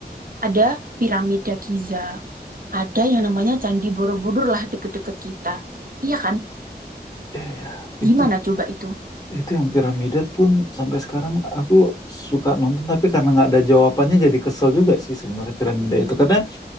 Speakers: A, on the right (about 55°); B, on the left (about 20°).
A: ada piramida Giza ada yang namanya Candi Borobudur lah deket-deket kita iya kan
B: Iya. Itu
A: gimana coba itu
B: itu yang piramida pun sampai sekarang aku suka nonton tapi karena nggak ada jawabannya jadi kesel juga sih sebenarnya piramida itu karena